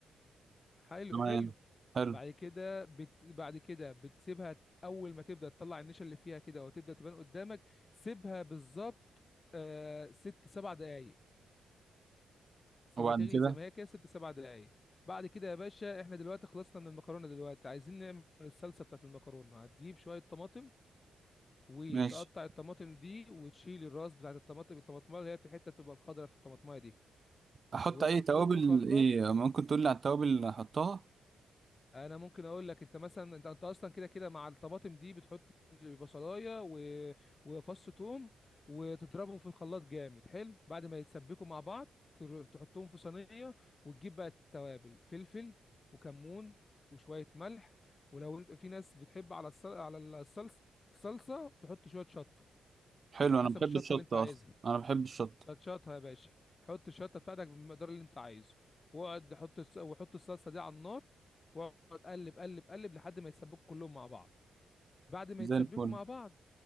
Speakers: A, on the left; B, on the right.
A: حلو
B: تمام
A: حلو
B: حلو
A: بعد كده بت... بعد كده بتسيبها ت- اول ما تبدا تطلع النشا اللي فيها كده وتبدا تبان قدامك سيبها بالظبط آه... ست سبع دقايق سيبها
B: وبعد
A: تغلي
B: كده
A: زي ما هي كده ست سبع دقايق بعد كده يا باشا احنا دلوقتي خلصنا من المكرونه دلوقتي عايزين نعمل الصلصه بتاعت المكرونه هتجيب شويه طماطم وتقطع
B: ماشي
A: الطماطم دي وتشيل الراس بتاعت الطماطم الطماطمايه اللي هي الحته بتبقى الخضراء في الطماطمايه دي
B: احط
A: وتحطهم
B: اي توابل
A: في الخلاط
B: ايه ممكن تقول لي على التوابل اللي احطها
A: انا ممكن اقول لك انت مثلا انت انت اصلا كده كده مع الطماطم دي بتحط بصلايه و... وفص ثوم وتضربهم في الخلاط جامد حلو بعد ما يتسبكوا مع بعض تر- تحطهم في صينيه وتجيب بقى التوابل فلفل وكمون وشويه ملح ولو انت في ناس بتحب على الصل... على الصلصه الصلصه تحط شويه شطه
B: حلو
A: على حسب
B: انا بحب
A: الشطه
B: الشطه
A: اللي انت عايزها
B: اصلا انا بحب الشطه
A: شطشطها يا باشا حط الشطه بتاعتك بالمقدار اللي انت عايزه واقعد حط الس... وحط الصلصه دي على النار واقعد قلب قلب قلب لحد ما يتسبكوا كلهم مع بعض بعد ما يتسبكوا
B: زي الفل
A: مع بعض